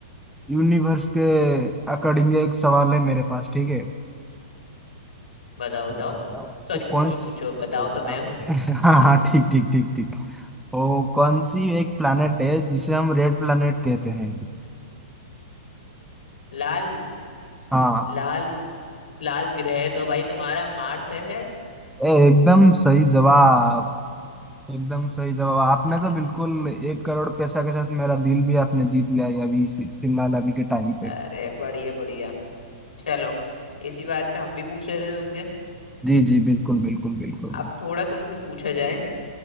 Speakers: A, in the centre; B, on the left (about 85°).
A: यूनिवर्स के अकॉर्डिंग एक सवाल है मेरे पास ठीक है
B: बताओ बताओ
A: वो
B: सॉरी
A: कौन
B: पूछो
A: स-
B: पूछो
A: <laughs>
B: बताओ तो मैं हूँ
A: हाँ
B: <laughs>
A: हाँ ठीक ठीक ठीक ठीक वो कौन सी एक planet है जिसे हम रेड planet कहते हैं
B: लाल
A: हाँ
B: लाल लाल ग्रह तो भाई तुम्हारा मार्स है शायद
A: ए, एकदम सही जवाब एकदम सही जवाब आपने
B: आई-
A: तो बिल्कुल एक करोड़ पैसा के साथ मेरा दिल भी आपने जीत लिया है अभी इसी- फिलहाल अभी के टाइम पे
B: अरे बढ़िया बढ़िया चलो इसी बात पे हम भी पूछ रहे थे तुमसे
A: जी जी बिल्कुल बिल्कुल बिल्कुल
B: अब थोड़ा तुमसे पूछा जाए